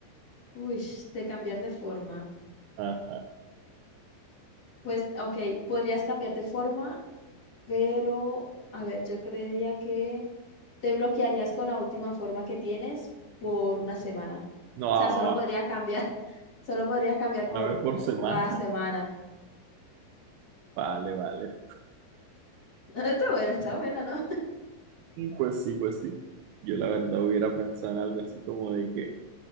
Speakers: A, on the left; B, on the right.
A: Uy, de cambiar de forma.
B: Ajá.
A: Pues, ok, podrías cambiar de forma pero a ver, yo creería que te bloquearías con la última forma que tienes por una semana. O
B: No,
A: sea, solo podrías cambiar, <laughs> solo podrías cambiar por
B: una vez por semana.
A: toda la semana.
B: <laughs> Vale, vale.
A: <laughs> Está buena, está buena, ¿no?
B: Pues sí, pues sí. Yo la verdad hubiera pensado en algo así como de que